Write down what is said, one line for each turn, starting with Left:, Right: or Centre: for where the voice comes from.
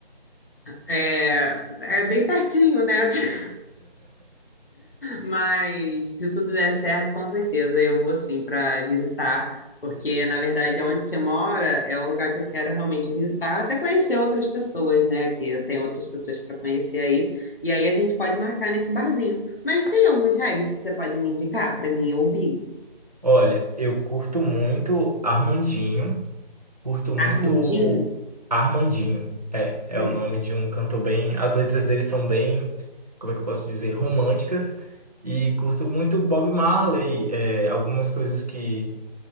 Left: é, é bem pertinho, né? <laughs> Mas se tudo der certo, com certeza eu vou sim para visitar, porque na verdade onde você mora é um lugar que eu quero realmente visitar, até conhecer outras pessoas, né? Que tem outras pessoas para conhecer aí. E aí a gente pode marcar nesse barzinho. Mas tem alguns reggae que você pode me indicar para mim ouvir?
Right: Olha, eu curto muito Armandinho, curto muito
Left: Armandinho?
Right: Armandinho. É, é
Left: Hum,
Right: o nome de um cantor bem. As letras dele são bem, como é que eu posso dizer, românticas. E curto muito Bob Marley, é, algumas coisas que